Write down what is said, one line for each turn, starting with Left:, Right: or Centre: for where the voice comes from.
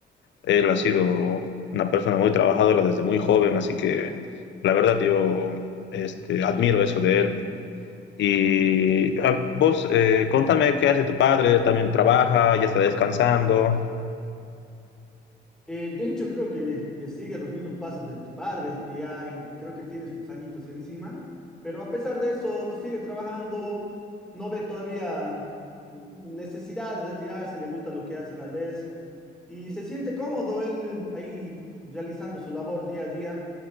Left: Él ha sido una persona muy trabajadora desde muy joven, así que la verdad yo este, admiro eso de él. Y ah, vos, eh, contame qué hace tu padre, también trabaja, ya está descansando.
Centre: Eh, de hecho, creo que, que sigue los mismos pasos de tu padre, y ya, ya creo que tiene sus añitos encima, pero a pesar de eso, sigue trabajando, no ve todavía necesidad de retirarse, le gusta lo que hace tal vez, y se siente cómodo él ahí realizando su labor día a día.